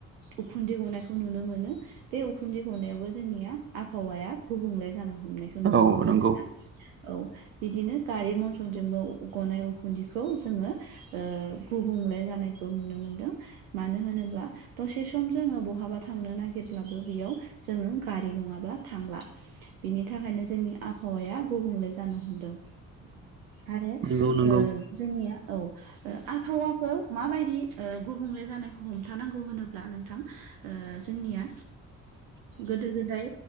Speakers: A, on the right; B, on the right.
A: उखुन्दै गनायखौ नुनो मोनो। बे उखुन्दै गनायावबो जोंनिया आबहावाया गुबुंले जानो हमनाय नुनो
B: औ
A: मोनो
B: नंगौ
A: आरोना औ बिदिनो गारि मथर थजोंबो गनाय उखुन्दैखौ जोङो गुबुंले जानायखौ नुनो मोनदों मानो होनोब्ला दसे सम जोङो बहाबा थांनो नागिरब्लाबो बेयाव जोङो गारि नङाब्ला थांला बिनि थाखायनो जोंनि आबहावाया गुबुंले जानो हमदों आरो
B: नंगौ नंगौ
A: जोंनिया औ आबहावाखौ माबायदि गुबुंले जानायखौ हमथानांगौ होनोब्ला नोंथां जोंनिया गोदो गोदाय